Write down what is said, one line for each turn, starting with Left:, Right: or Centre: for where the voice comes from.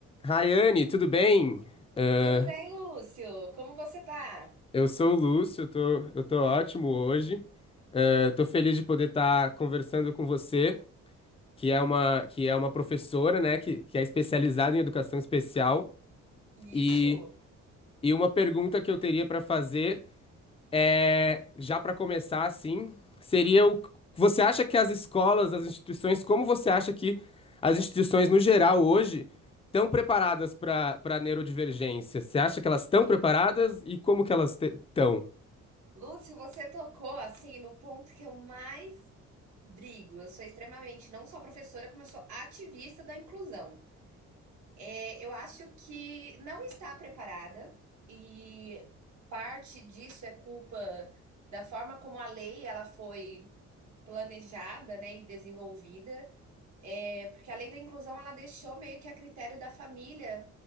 Left: Rayane, tudo bem? Ah,
Right: Tudo bem, Lúcio? Como você tá?
Left: eu sou o Lúcio, eu tô, eu tô ótimo hoje. Ah, tô feliz de poder estar conversando com você, que é uma, que é uma professora, né, que, que é especializada em educação especial.
Right: Isso.
Left: E, e uma pergunta que eu teria para fazer É, já para começar, assim, seria o. Você acha que as escolas, as instituições, como você acha que as instituições no geral hoje estão preparadas para para neurodivergência? Você acha que elas estão preparadas e como que elas estão?
Right: Lúcio, você tocou assim no ponto que eu mais brigo. Eu sou extremamente não só professora, como eu sou ativista da inclusão. É, eu acho que não está preparada e parte disso é culpa da forma como a lei ela foi planejada, né, e desenvolvida. É, porque a lei da inclusão ela deixou meio que a critério da família